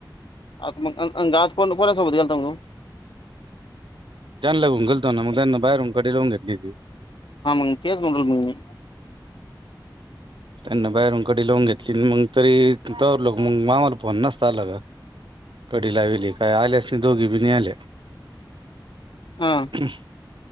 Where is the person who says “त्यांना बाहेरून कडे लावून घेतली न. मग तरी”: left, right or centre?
Right